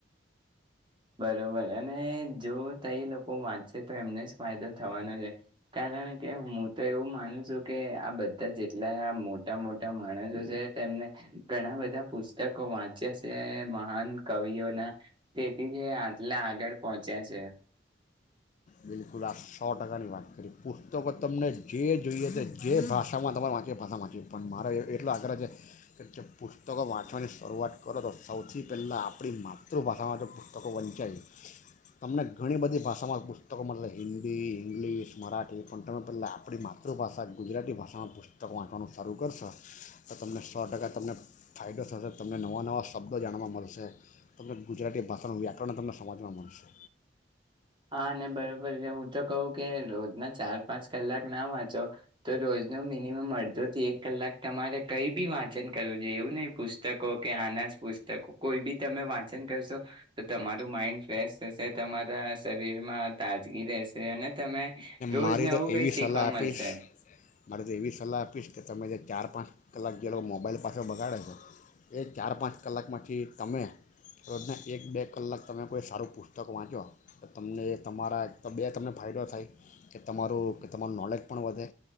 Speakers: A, on the right; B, on the left.
A: બરોબર અને જો ત લોકો વાંચે તો એમને જ ફાયદો થવાનો છે કારણ કે હું તો એવું માનું છું કે આ બધા જેટલા મોટા મોટા માણસો છે તેમને ઘણા બધા પુસ્તકો વાંચ્યા છે મહાન કવિઓના આટલે આગળ પહોંચ્યા છે
B: બિલકુલ આ સો ટકાની વાત કરીએ પુસ્તકો તમને જે જોઈએ તે જે ભાષામાં તમારે વાંચી ભાષામાં વાંચી પણ મારો એટલો આગ્રહ છે કે જે પુસ્તકો વાંચવાની શરૂઆત કરો તો સૌથી પહેલાં આપણી માતૃભાષામાં જો પુસ્તકો વંચાઈ તમને ઘણી બધી ભાષામાં પત તો કે મતલબ હિન્દી ઇંગ્લિશ મરાઠી પણ તમે પેલા આપણી માતૃભાષા ગુજરાતી ભાષામાં પુસ્તક વાંચવાનું શરૂ કરશો તો તમને સો ટકા તમને ફાયદો થશે તમને નવા નવા શબ્દો જાણવા મળશે તો ગુજરાતી ભાષાનું વ્યાકરણ તમને સમજવા મળશે
A: હા અને બરોબર હું તો કહું કે ના ચાર પાંચ કલાક ના વાંચો તો રોજ ન મિનિમમ અડધોથી એક કલાક તમારે કઈ બી વાંચન કરવું જોઈએ એવું નહી પુસ્તકો કે આના જ પુસ્તકો કોઈ બી તમે વાંચન કરશો તો તમારું માઈન્ડ ફ્રેશ થશે તમારા શરીર માં તાજગી રહેશે અને તમે રોજ
B: મારી
A: નવું
B: તો એવી
A: કઈ શીખવા
B: સલાહ આપીશ
A: મળશે
B: મારી તો એવી સલાહ આપીશ કે તમે જે ચાર પાંચ કલાક જે લોકો મોબાઈલ પાસે બગાડે છે એ ચાર પાંચ કલાકમાંથી તમે રોજના એક બે કલાક તમે કોઈ સારું પુસ્તક વાંચો તો તમને તમારા એક તો બે તમને ફાયદો થાય કે તમારું કે તમારું નૉલેજ પણ વધે